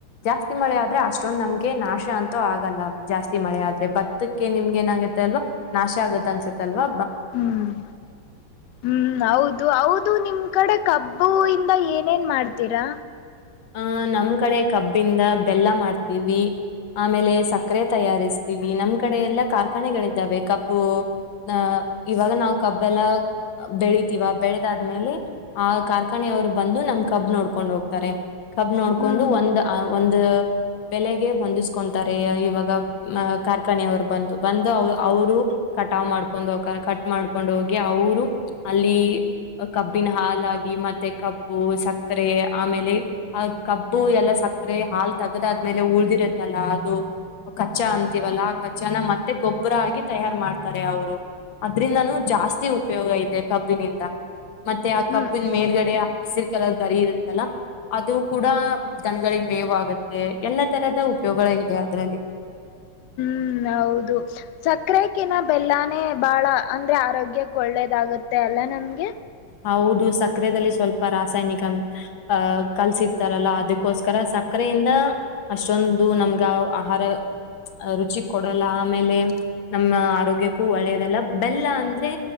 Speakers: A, on the left; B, on the left.
A: ಜಾಸ್ತಿ ಮಳೆ ಆದ್ರೆ ಅಷ್ಟೊಂದ ನಮ್ಗೆ ನಾಶ ಅಂತೂ ಆಗಲ್ಲ ಜಾಸ್ತಿ ಮಳೆ ಆದ್ರೆ ಭತ್ತಕ್ಕೆ ನಿಮ್ಗೆ ಏನಾಗತ್ತೆ ಅಲ್ವಾ ನಾಶ ಆಗತ್ ಅನ್ಸತ್ತಲ್ವಾ
B: ಹ್ಮ್ ಹ್ಮ್ ಹೌದು ಹೌದು ನಿಮ್ ಕಡೆ ಕಬ್ಬ ಬೂ ಇಂದ ಏನೇನ್ ಮಾಡ್ತೀರಾ
A: ಆಹ್ ನಮ್ ಕಡೆ ಕಬ್ಬಿಂದ ಬೆಲ್ಲ ಮಾಡ್ತೀವಿ ಆಮೇಲೆ ಸಕ್ಕರೆ ತಯಾರಿಸ್ತೀವಿ ನಮ್ ಕಡೆ ಎಲ್ಲ ಕಾರ್ಖಾನೆಗಳಿದ್ದಾವೆ ಕಬ್ಬು ಅಹ ಇವಾಗ ನಾವು ಕಬ್ ಎಲ್ಲ ಬೆಳತಿವ ಬೆಳೆದಾದ್ಮೇಲೆ ಆ ಕಾರ್ಖಾನೆಯವ್ರು ಬಂದು ನಮ್ ಕಬ್ ನೋಡ್ಕೊಂಡ್ ಹೋಗ್ತಾರೆ ಕಬ್ ನೋಡ್ಕೊಂಡು
B: ಹ್ಮ್
A: ಒಂದ್ ಅ ಒಂದು. ಬೆಲೆಗೆ ಹೊಂದಿಸ್ಕೊಂತಾರೆ ಇವಾಗ ಕಾರ್ಖಾನೆಯವ್ರ್ ಬಂದು ಬಂದು ಅವ್ ಅವ್ರು ಕಟಾವ್ ಮಾಡ್ಕೊಂಡ್ ಹೋಕರೆ ಕಟ್ ಮಾಡ್ಕೊಂಡು ಹೋಗಿ ಅವ್ರು ಅಲ್ಲಿ ಕಬ್ಬಿನ ಹಾಲಾಗಿ ಮತ್ತೆ ಕಬ್ಬು ಸಕ್ಕರೆ ಆಮೇಲೆ. ಆ ಕಬ್ಬು ಎಲ್ಲ ಸಕ್ರೆ ಹಾಲ್ ತೆಗ್ದ್ ಆದ್ಮೇಲೆ ಉಳ್ದಿರುತ್ತಲ್ಲಾ ಅದು ಕಚ್ಚ ಅಂತೀವಲ್ಲ ಆ ಕಚ್ಚನ ಮತ್ತೆ ಗೊಬ್ರ ಆಗಿ ತಯಾರ್ ಮಾಡ್ತಾರೆ ಅವ್ರು ಅದ್ರಿಂದನೂ ಜಾಸ್ತಿ ಉಪ್ಯೋಗ ಇದೆ ಕಬ್ಬಿನಿಂದ ಮತ್ತೆ ಆ
B: ಹ್ಮ್
A: ಕಬ್ಬಿನ್ ಮೇಲ್ಗಡೆ ಹಸಿರ್ ಕಲರ್ ಗರಿ ಇರುತ್ತಲ್ಲ. ಅದು ಕೂಡ ದನಗ್ಳಿಗ್ ಮೇವ್ ಆಗುತ್ತೆ ಎಲ್ಲ ತರದ ಉಪ್ಯೋಗಗಳ್ ಇದೆ ಅದ್ರಲ್ಲಿ.
B: ಹ್ಮ್ ಹೌದು ಸಕ್ರೆಕಿನ ಬೆಲ್ಲಾನೇ ಬಹಳ ಅಂದ್ರೆ ಆರೋಗ್ಯಕ್ಕೆ ಒಳ್ಳೇದಾಗುತ್ತೆ ಅಲ್ಲ ನಮ್ಗೆ.
A: ಹೌದು ಸಕ್ರೆದಲ್ಲಿ ಸ್ವಲ್ಪ ರಾಸಾಯ್ನಿಕ ಅಹ ಕಲ್ಸಿರ್ತಾರಲ್ಲ ಅದುಕ್ಕೋಸ್ಕರ ಸಕ್ರೆಯಿಂದ ಅಷ್ಟೊಂದು ನಮ್ಗ ಆಹಾರ ರುಚಿ ಕೊಡಲ್ಲ ಆಮೇಲೆ ನಮ್ಮ ಆರೋಗ್ಯಕ್ಕೂ ಒಳ್ಳೆಯದಲ್ಲ ಬೆಲ್ಲ ಅಂದ್ರೆ